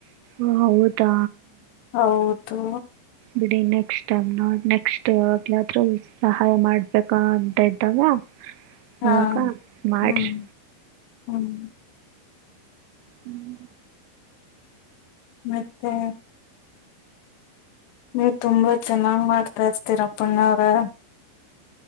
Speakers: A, on the right; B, on the left.
A: ಓ ಹೌದಾ
B: ಹೌದು
A: ಬಿಡಿ ನೆಕ್ಸ್ಟ್ ಟೈಮ್ ನ ನೆಕ್ಸ್ಟ್ ಯಾವಾಗ್ಲಾದ್ರೂ ಸಹಾಯ ಮಾಡ್ಬೇಕ ಅಂತ ಇದ್ದಾಗ
B: ಹಾ
A: ಅವಾಗ ಮಾಡಿರಿ
B: ಹ್ಮ್ ಹ್ಮ್
A: ಹ್ಮ್
B: ಮತ್ತೆ ನೀ ತುಂಬಾ ಚೆನ್ನಾಗ್ ಮಾಡ್ತಾ ಇರ್ತೀರಪ್ಪಣ್ಣ ವ್ರೆ